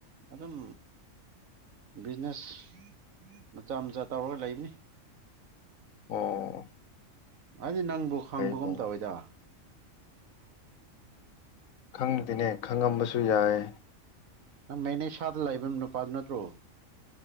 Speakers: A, on the right (about 80°); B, on the left (about 80°).
A: ꯑꯗꯨꯝ ꯕꯤꯖꯤꯅꯦꯁ ꯃꯆꯥ ꯃꯆꯥ ꯇꯧꯔꯒ ꯂꯩꯕꯅꯤ
B: ꯑꯣ
A: ꯑꯗꯨꯗꯤ ꯅꯪꯕꯨ ꯈꯪꯕꯒꯨꯝ
B: ꯐꯩ ꯐꯩ
A: ꯇꯧꯋꯏꯗ
B: ꯈꯪꯗꯦꯅꯦ ꯈꯪꯉꯝꯕꯁꯨ ꯌꯥꯏ
A: ꯅꯪ ꯃꯦꯅꯦ ꯁꯥꯗ ꯂꯥꯛꯕ ꯅꯨꯄꯥꯗꯨ ꯅꯠꯇ꯭ꯔꯣ